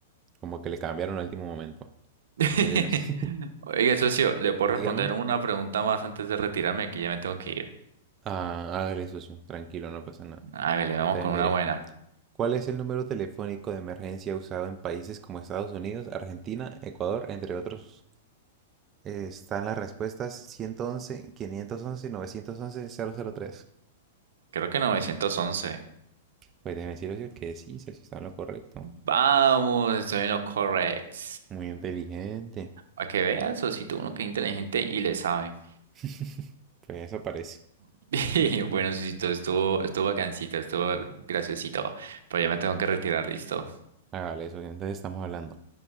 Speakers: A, on the right (about 25°); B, on the right (about 80°).
A: como que le cambiaron al último momento.
B: <laughs>
A: Mire, <laughs> socio,
B: Oiga, socio, ¿le puedo
A: dígame.
B: responder una pregunta más antes de retirarme? Que ya me tengo que ir.
A: Ah, hágale, socio. Tranquilo, no pasa nada.
B: A ver, le vamos
A: Entonces,
B: con
A: mire,
B: una buena.
A: ¿Cuál es el número telefónico de emergencia usado en países como Estados Unidos, Argentina, Ecuador, entre otros? Eh, Están las respuestas 111, 511, 911, 003.
B: Creo que 911.
A: Pues déjeme decir Ocio, que sí, Ocio, está en lo correcto.
B: Vamos, estoy en lo correcto.
A: Muy inteligente.
B: Para que veas, socito, uno que es inteligente y le sabe.
A: <laughs> Pues eso parece.
B: <laughs> Bueno, socito, estuvo, estuvo bacancito, estuvo graciosito. Pero ya me tengo que retirar, listo.
A: Hágale eso, entonces estamos hablando.